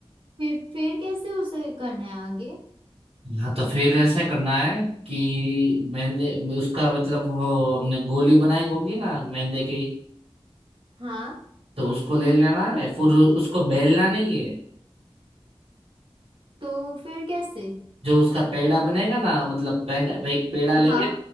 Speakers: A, on the right (about 55°); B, on the right (about 80°).
A: फिर फिर कैसे उसे करना है आगे
B: हाँ तो फिर ऐसे करना है कि मेहंदी उसका मतलब वो हमने गोली बनाई होगी ना मेहंदी की
A: हाँ
B: तो उसको ले लेना है फिर उसको बेलना नहीं है
A: तो फिर कैसे
B: जो उसका पेड़ा बनेगा ना मतलब पेड़ा एक पेड़ा लेंगे
A: हाँ